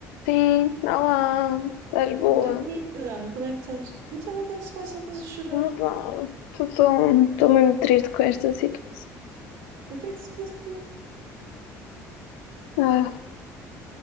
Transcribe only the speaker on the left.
Sim, olá, estás boa?
Olá, estou tão estou mesmo triste com esta situação.
Ah,